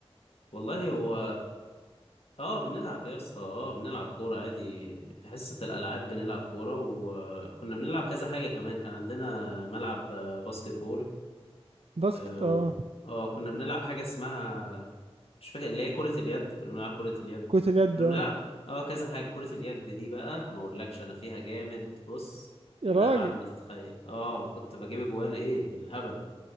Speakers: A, on the left (about 65°); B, on the right (about 65°).
A: والله هو اه بنلعب يا اسطى اه بنلعب كورة عادي في حصة الألعاب بنلعب كورة وكنا بنلعب كذا حاجة كمان كان عندنا ملعب آه، باسكت بول
B: باسكت
A: اه و-
B: اه
A: آه، كنا بنلعب حاجة اسمها مش فاكر اللي هي كرة اليد كنا بنلعب كرة اليد
B: كرة اليد
A: كنا
B: اه
A: بنلعب اه كذا حاجة كرة اليد دي بقى ما اقولكش انا فيها جامد بص
B: يا
A: إلى
B: راجل
A: أبعد ما تتخيل اه كنت بجيب جوال ايه بالهبل